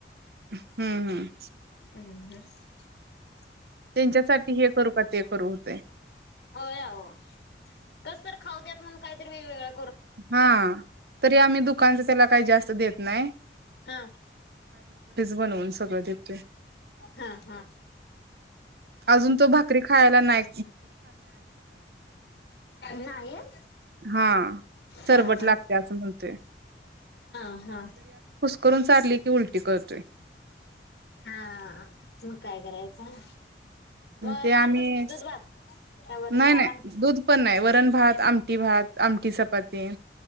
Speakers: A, on the right; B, on the left.
A: हम्म हम्म.
B: <unintelligible>
A: तेंच्यासाठी हे करू का ते करू होतंय.
B: होय आवो. कस तर खाऊ द्यात म्हणूण काहीतरी वेगवेगळ
A: हां, तरी आम्ही दुकानच त्याला काही जास्त देत नाई
B: हां,
A: बनवून सगळं देतोय
B: हां-हां
A: आजून तो भाकरी खायला नाई.
B: नाही आं,
A: हा सरबट
B: हां-हां,
A: लागते असं म्हणतोय
B: हां-हां
A: करून चारली की उलटी करतोय.
B: हां मग काय करायचं. म
A: ते आम्ही
B: भातच दुध भात. काय वरण
A: नाही
B: भात
A: नाही
B: आमटी
A: दूध पण नाही वरण भात आमटी भात आमटी सप पते,